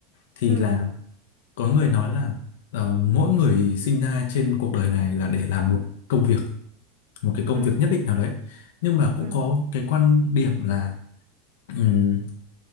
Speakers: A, on the left; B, on the right.
A: Thì
B: ừ
A: là có người nói là ờ, mỗi người sinh ra trên cuộc đời này là để làm một công việc, một cái công
B: ừ
A: việc nhất định nào đấy. Nhưng mà cũng
B: ừ
A: có cái quan điểm là Ừm,